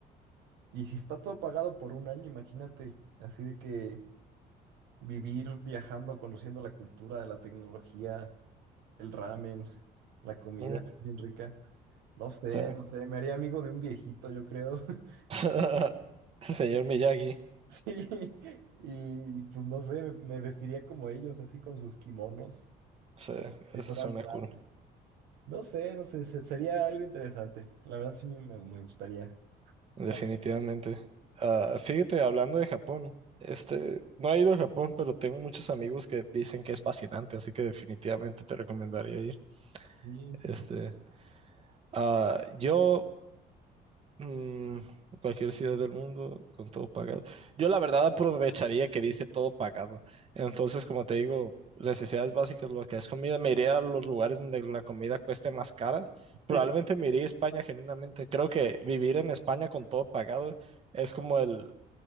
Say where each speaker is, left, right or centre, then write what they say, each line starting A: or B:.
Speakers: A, on the right; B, on the right.
A: Y si está todo pagado por un año, imagínate, así de que vivir viajando, conociendo la cultura, la tecnología. el ramen, la comida
B: ujú,
A: es bien rica. No sé,
B: o
A: no sé, me haría amigo de un viejito, yo creo. <laughs>
B: <laughs> Señor Miyagi,
A: Sí, y pues no sé, me, me vestiría como ellos, así con sus kimonos,
B: sí
A: si
B: eso
A: fueran
B: suena
A: trans.
B: cool.
A: No sé, no sé, se- sería algo interesante. La verdad sí me, me, me gustaría.
B: Definitivamente.
A: Ah,
B: Ah, fíjate, hablando de Japón, este, no he ido a Japón, pero tengo muchos amigos que dicen que es fascinante, así que definitivamente te recomendaría ir.
A: Sí, sí,
B: Este,
A: sí.
B: ah, yo, mm, cualquier ciudad del mundo con todo pagado. Yo la verdad aprovecharía que dice todo pagado. Entonces, como te digo, necesidades básicas, lo que es comida, me iría a los lugares donde la comida cueste más cara.
A: <laughs>
B: Probablemente me iría a España genuinamente. Creo que vivir en España con todo pagado es como el